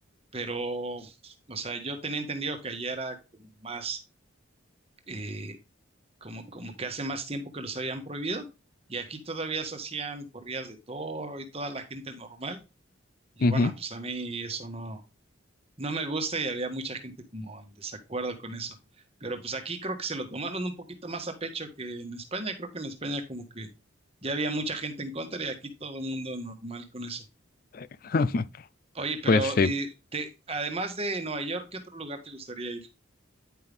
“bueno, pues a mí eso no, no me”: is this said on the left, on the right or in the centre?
Right